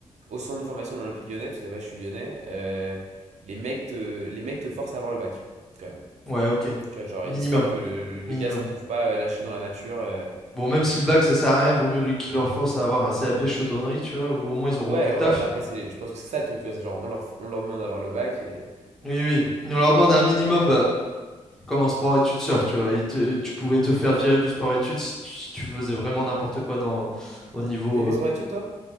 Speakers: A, on the right; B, in the centre.
A: au centre de formation de l'Olympique Lyonnais, parce que là-bas, je suis lyonnais, euh, les mecs te, les mecs te forcent à avoir le bac, quand même.
B: Ouais, ok.
A: Tu vois, genre,
B: Minimum,
A: histoire que le, le-
B: minimum.
A: gars se retrouve pas euh, lâché dans la nature. euh.
B: Bon, même si le bac, ça sert à rien, vaut mieux lui qu'il leur force à avoir un CAP chaudronnerie, tu vois, ou au moins ils auront
A: Ouais,
B: du
A: ouais,
B: taf.
A: bah après, c'est, je pense que c'est ça le truc, tu vois. C'est genre, on leur, on leur demande d'avoir le bac et.
B: Oui, oui. on leur demande un minimum, bah, comme en sport-études surf, tu vois. ils te- tu pouvais te faire virer du sport-études si tu, si tu faisais vraiment n'importe quoi dans, au niveau.
A: Ah, t'as fait
B: euh,
A: sport études, toi?